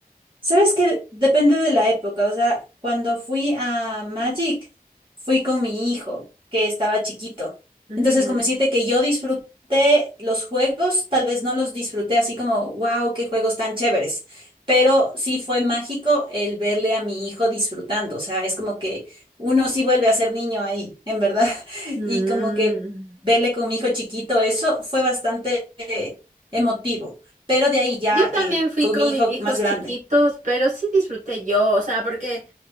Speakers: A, on the right; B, on the right.
A: ¿sabes qué? Depende de la época. O sea, cuando fui a Magic, fui con mi hijo, que estaba chiquito.
B: Ujú.
A: Entonces, como decirte que yo disfruté los juegos, tal vez no los disfruté así como, wow, qué juegos tan chéveres. Pero sí fue mágico el verle a mi hijo disfrutando. O sea, es como que uno sí vuelve a ser niño ahí, en verdad. <laughs>
B: Mm.
A: Y como que verle con mi hijo chiquito, eso fue bastante eh, emotivo pero de ahí ya
B: Yo también
A: eh,
B: fui
A: con
B: con
A: mi
B: mis
A: hijo
B: hijos
A: más grande.
B: chiquitos, pero sí disfruté yo, o sea, porque